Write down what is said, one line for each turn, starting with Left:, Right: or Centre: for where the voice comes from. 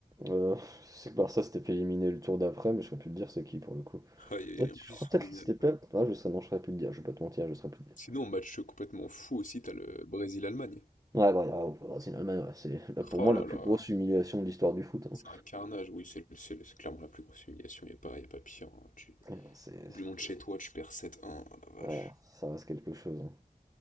Right: Euh, c'est que Barça s'était fait éliminer le tour d'après, mais je saurais plus te dire c'est qui pour le coup.
Left: Ah, et
Right: Peut-être,
Left: en
Right: je
Left: plus
Right: crois
Left: ils sont
Right: peut-être
Left: éliminés.
Right: que c'était Pep. Ah, je sais, non, je saurais plus te dire, je vais pas te mentir, je saurais plus te dire.
Left: Sinon, match complètement fou aussi, t'as le Brésil-Allemagne.
Right: Ouais, bah, ah, au Brésil, Allemagne, ouais, c'est là, pour
Left: Oh
Right: moi
Left: là
Right: la plus
Left: là,
Right: grosse humiliation de l'histoire du foot. hein.
Left: c'est un carnage. Oui, c'est c'est- c'est clairement la plus grosse humiliation. Il n'y a pas, y a pas pire. hein. Tu,
Right: Ouais, non, c'est.
Left: Coupe du monde
Right: c'est-
Left: chez toi, tu perds 7-1. Oh la
Right: Ouais,
Left: vache.
Right: ça reste quelque chose. hein.